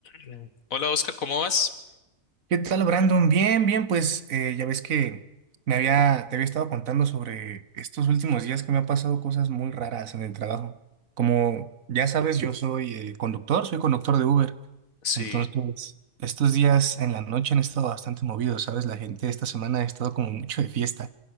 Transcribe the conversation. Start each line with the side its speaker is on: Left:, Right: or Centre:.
Left: Mm. Hola Oscar, ¿cómo vas?
Right: ¿Qué tal, Brandon? Bien, bien, pues eh, ya ves que me había, te había estado contando sobre estos últimos días que me han pasado cosas muy raras en el trabajo. Como ya sabes, yo soy eh, conductor, soy conductor de Uber.
Left: Sí,
Right: Entonces, estos días en la noche han estado bastante movidos, ¿sabes? La gente esta semana ha estado como mucho de fiesta.